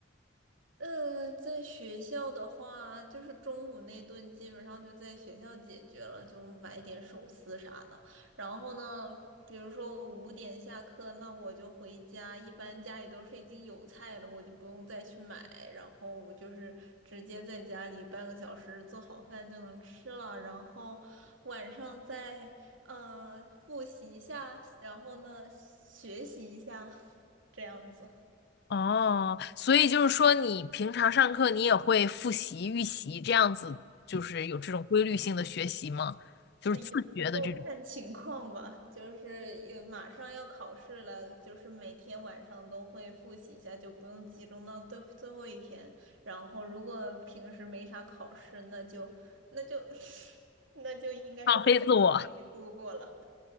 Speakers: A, on the right; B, on the left.
A: 呃，在学校的话，就是中午那顿基本上就在学校解决了，就买一点寿司啥的。然后呢，比如说我五点下课，那我就回家，一般家里都是已经有菜了，我就不用再去买，然后我就是直接在家里半个小时做好饭就能吃了。然后晚上再呃复习一下，然后呢学习一下，这样子。
B: 哦，所以就是说，你平常上课你也会复习、预习这样子，就是有这种规律性的学习吗？就是自觉的这种
A: 但有时候看情况吧，就是也马上要考试了，就是每天晚上都会复习一下，就不用集中到最最后一天。然后如果平时没啥考试，那就那就 <laughs> 那就应该是在手机里度过了。
B: 放飞自我。